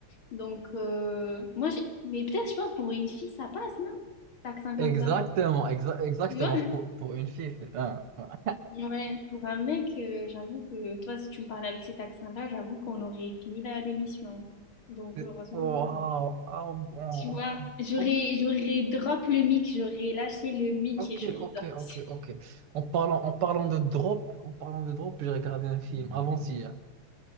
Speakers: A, on the left (about 70°); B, on the right (about 85°).
A: Donc, euh, moi, j'ai... Mais peut-être, je pense, pour une fille, ça passe, non? L'accent
B: Exactement,
A: comme ça.
B: exa- exactement,
A: Tu vois?
B: pour, pour une fille. c'est- ah, ah.
A: <laughs> Ouais, pour un mec, euh, j'avoue que toi, si tu me parlais avec cet accent-là, j'avoue qu'on aurait fini la l'émission. Donc,
B: C'est-
A: heureusement
B: Waouh,
A: que...
B: ah, bon,
A: Tu vois, j'aurais,
B: ok,
A: j'aurais drop le mic, j'aurais lâché le mic
B: ok,
A: et je serais
B: ok,
A: sortie.
B: ok, ok. En parlant, en parlant de drop, en parlant de drop, j'ai regardé un film avant-hier